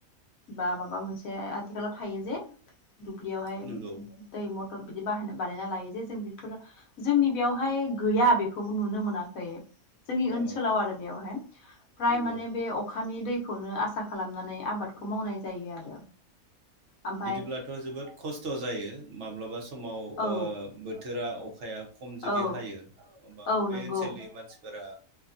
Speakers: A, on the left; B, on the right.
A: बा माबा मोनसे आथिखालाव थायो जे दुब्लियावहाय
B: नंगौ
A: दै मथर बिदि बाहाय बानायना लायो जे जों बेफोरो जोंनि बेयावहाय गैया बेखौबो नुनो मोनाखै जोंनि
B: औ
A: ओनसोलाव आरो बेयावहाय फ्राय
B: नंगौ
A: माने बे अखानि दैखौनो आसा खालामनानै आबादखौ मावनाय जायो आरो ओमफाय
B: बिदिब्लाथ जोबोद खस्थ जायो माब्लाबा स समाव
A: औ
B: ओ बोथोरा अ खाया खम जुदि
A: औ
B: हायो होनबा
A: औ
B: बे
A: नंगौ
B: ओनसोलनि मानसिफोरा